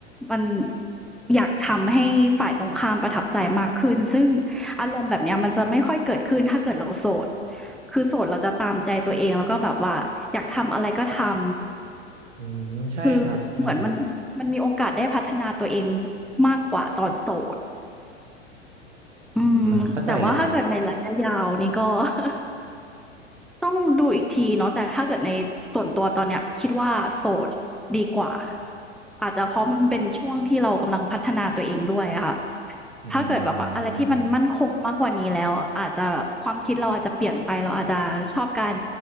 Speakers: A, in the centre; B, on the right.
A: มันอยากทำให้ฝ่ายตรงข้ามประทับใจมากขึ้นซึ่งอารมณ์แบบเนี้ยมันจะไม่ค่อยเกิดขึ้นถ้าเกิดเราโสดคือโสดเราจะตามใจตัวเองแล้วก็แบบว่าอยากทำอะไรก็ทำ
B: อืมใช่ครับใช่
A: คือเหมือนมันมันมีโอกาสได้พัฒนาตัวเองมากกว่าตอนโสดอืมแต่ว่าถ้าเกิดในระยะยาวนี่ก็
B: อืมเข้าใจเลยครับ
A: <laughs> ต้องดูอีกทีเนาะแต่ถ้าเกิดในส่วนตัวตอนเนี้ยคิดว่าโสดดีกว่าอาจจะเพราะมันเป็นช่วงที่เรากำลังพัฒนาตัวเองด้วยอะค่ะ
B: อื
A: ถ้าเกิดแบบว่าอะไรที่มันมั่นคงมากกว่านี้แล้วอาจจะแบบความคิดเราอาจจะเปลี่ยนไปเราอาจจะชอบการ
B: ม